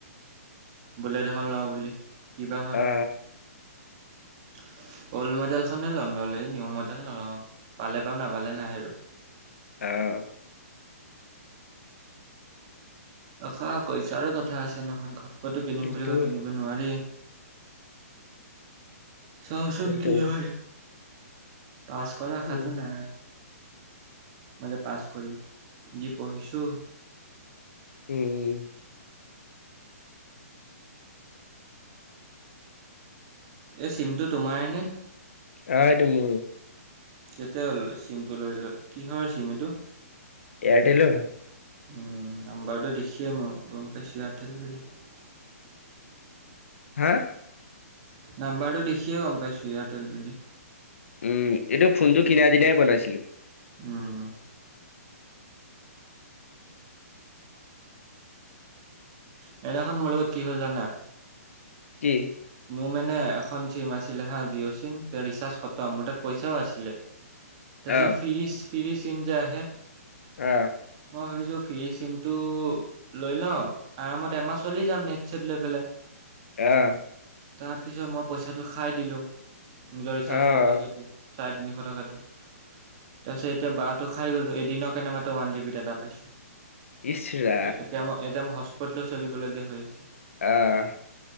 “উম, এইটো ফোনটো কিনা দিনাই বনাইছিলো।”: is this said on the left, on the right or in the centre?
Left